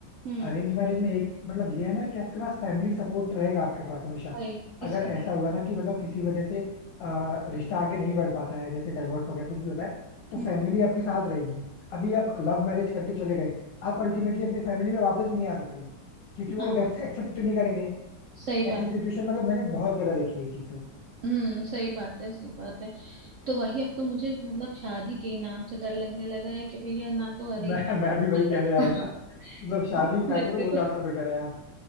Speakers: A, on the right; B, on the left.
A: हम्म
B: अरेंज मैरिज में एक मतलब ये है ना कि आपके पास फैमिली सपोर्ट रहेगा आपके पास हमेशा
A: गई, इसीलिए
B: अगर ऐसा हुआ ना कि मतलब किसी वजह से अ, रिश्ता आगे नहीं बढ़ पाता है जैसे डाइवोर्स हो गया कुछ भी होता है तो
A: हम्म
B: फैमिली आपके साथ रहेगी अभी आप लव मैरिज करके चले गए आप अल्टीमेटली अपनी फैमिली में वापस भी नहीं आ सकते क्योंकि वो
A: हाँ
B: लोग आपसे एक्सेप्ट नहीं करेंगे
A: सही बात
B: ऐसी सिचुएशन मतलब मैंने बहुत जगह देखी है ये चीज तो
A: हम्म सही बात है सही बात है तो वही अब तो मुझे मतलब शादी के ही नाम से डर लगने लगा है कि भैया ना तो अरेंज
B: मैं मैं भी वही
A: ना
B: कहने
A: लव
B: जा
A: <laughs>
B: रहा था मतलब
A: शादी
B: शादी ना
A: मत
B: करो
A: करो
B: वो ज्यादा बेटर है यार